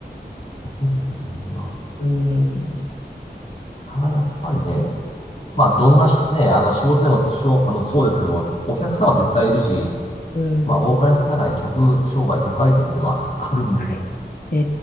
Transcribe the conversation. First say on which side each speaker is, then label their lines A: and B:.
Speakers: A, on the left; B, on the left.
A: 欲しいですよね。いいな
B: うん。
A: ただやっぱりね、まあ、どんなしね、あの、仕事でもしょう、あの、そうですけど、お客様は絶対いるし、
B: うん。
A: まあ、多かれ少なかれ客商売、客相手っていうのはあるんで、
B: はいえ